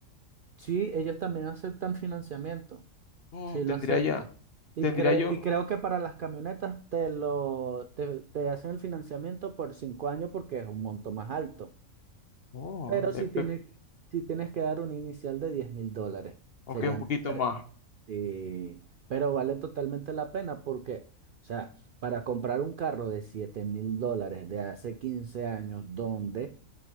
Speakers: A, on the right; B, on the left.
A: Sí, ellos también aceptan financiamiento.
B: No,
A: Sí,
B: tendría
A: lo acepta
B: ya,
A: Y,
B: tendría
A: cre-
B: yo,
A: y creo que para las camionetas te lo te, te hacen el financiamiento por cinco años porque es un monto más alto.
B: oh,
A: Pero
B: me-
A: si tienes,
B: me-
A: si tienes que dar un inicial de diez mil dólares,
B: ok,
A: serían
B: un poquito
A: tres.
B: más.
A: Sí, pero vale totalmente la pena porque, o sea, para comprar un carro de siete mil dólares de hace 15 años, donde